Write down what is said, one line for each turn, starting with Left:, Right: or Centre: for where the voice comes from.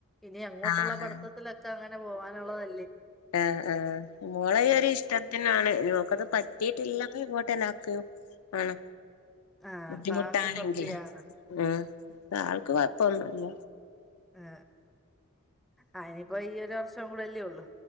Centre: ഇനി അങ്ങോട്ടുള്ള
Left: ആഹ്
Centre: പഠിത്തത്തിലൊക്കങ്ങനെ അങ്ങനെ പോകാനുള്ളതല്ലേ?
Left: ആ ആ മോളെ ഒരു ഇഷ്ടത്തിനാണ് ഇനിയത് പറ്റിയിട്ടില്ലങ്കി ഇങ്ങോട്ടാന്നെത്
Centre: ആഹ്
Left: ബുദ്ധിമുട്ടാണെങ്കിൽ
Centre: അപ്പൊ ആക്ക് തൃപ്തിയാണ്
Left: ആ ആൾക്ക് കൊഴപ്പൊന്നുല്ല.
Centre: ആ ആ എയ്നിപ്പോ ഈ ഒരു വർഷം കൂടെല്ലേ ഉള്ളൂ.